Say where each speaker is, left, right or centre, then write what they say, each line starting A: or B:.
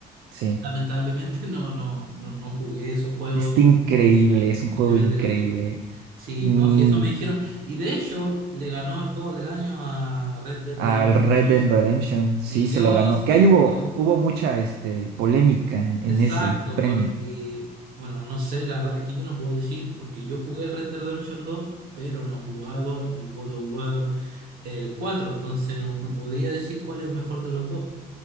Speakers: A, on the right; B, on the right.
A: sí.
B: lamentablemente <laughs> no, no, no, no jugué esos juegos
A: Está increíble,
B: antes de,
A: es un juego
B: de venderla.
A: increíble.
B: Sí,
A: Mm,
B: no, sí, eso me dijeron. Y de hecho, le ganó el juego del año a Red Dead
A: al
B: Redemption
A: Red
B: dos
A: Dead Redemption, sí,
B: Y
A: se
B: yo
A: lo ganó.
B: siento,
A: Que ahí hubo, hubo mucha este, polémica en en
B: exacto,
A: ese premio.
B: porque, bueno, no sé, la verdad es que yo no puedo decir, porque yo jugué el Red Dead Redemption dos pero no he jugado el God of War el cuatro entonces no, no podría decir cuál es mejor de los dos.